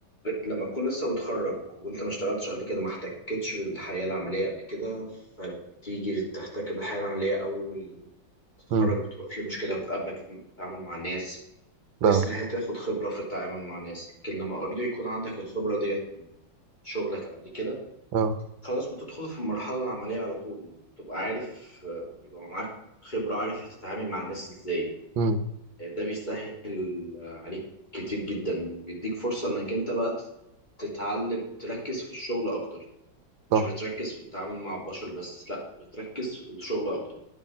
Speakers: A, on the left (about 20°); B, on the right (about 85°).
A: لما تكون لسه متخرج وانت ما اشتغلتش قبل كده ما احتكتش بالحياة العملية قبل كده فبتيجي تحتك بالحياة العملية أول تتخرج
B: امم
A: بتبقى في مشكلة بتقابلك في التعامل مع الناس
B: لا
A: لسه هتاخد خبرة في التعامل مع الناس لكن لما اوريدي يكون عندك الخبرة ديت من شغلك قبل كده
B: اه
A: خلاص بتدخل في المرحلة العملية على طول تبقى عارف آه، يبقى معاك خبرة عارف هتتعامل مع الناس ازاي
B: امم
A: ده بيسهل عليك كتير جدا بيديك فرصة انك انت بقى تتعلم تركز في الشغل اكتر مش
B: صح
A: بتركز في التعامل مع البشر بس لا بتركز في الشغل اكتر